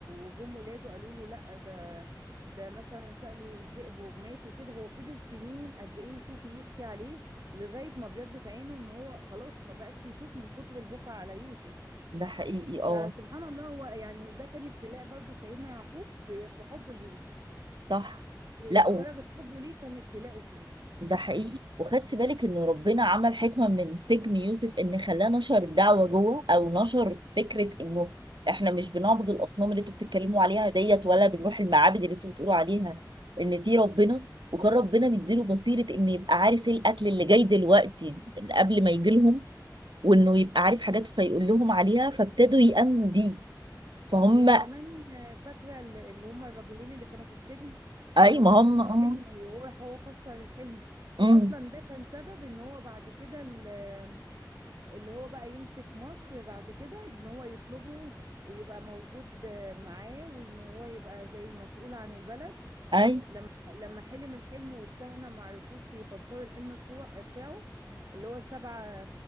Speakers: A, on the right (about 50°); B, on the right (about 85°).
A: وجم ولاده قالوا له لا ده ده مثلا كأله الذئب ومات وكده هو فضل سنين قد ايه يشوف يبكي عليه لغاية ما بيضت عينه ان هو خلاص ما بقاش يشوف من كتر البكا على يوسف
B: ده حقيقي
A: فسبحان
B: اه
A: الله هو يعني ده كان ابتلاء برضو سيدنا يعقوب في في حب ليوسف
B: صح
A: في
B: لا
A: درجة حبه ليه كان ابتلاءه فيه
B: ده حقيقي وخدت بالك انه ربنا عمل حكمة من سجن يوسف ان خلاه نشر الدعوة جوه او نشر فكرة انه احنا مش بنعبد الاصنام اللي انتوا بتتكلموا عليها ديت ولا بنروح المعابد اللي انتوا بتقولوا عليها ان في ربنا وكان ربنا مديله بصيرة انه يبقى عارف ايه الاكل اللي جاي دلوقتي قبل ما يجي لهم وانه يبقى عارف حاجات فيقول لهم عليها فابتدوا يأمنوا بيه فهم
A: وكمان آه، فاكرة ال- اللي هم الراجلين اللي كانوا في السجن
B: اي
A: ان هم
B: ما
A: حلموا
B: هم اه
A: حلم وهو راح هو فسر الحلم
B: امم
A: واصلا ده كان سبب ان هو بعد كده ال- اللي هو بقى يمسك مصر بعد كده ان هو يطلبه ويبقى موجود آه، معاه وان هو يبقى زي المسؤول عن البلد
B: اي
A: لما لما حلم الحلم والكهنة ما عرفوش يفسروا الحلم بتوع بتاعه اللي هو السبع